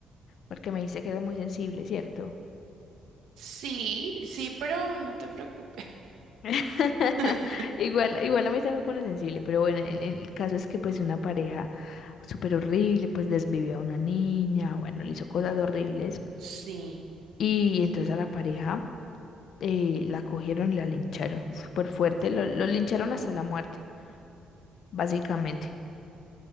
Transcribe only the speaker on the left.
porque me dice que era muy sensible, ¿cierto?
<laughs>
Igual, igual a mí también me pone sensible, pero bueno, el, el caso es que pues una pareja súper horrible, pues desvivió a una niña, bueno, le hizo cosas horribles
y entonces a la pareja eh, la cogieron y la lincharon súper fuerte, lo, lo lincharon hasta la muerte, básicamente.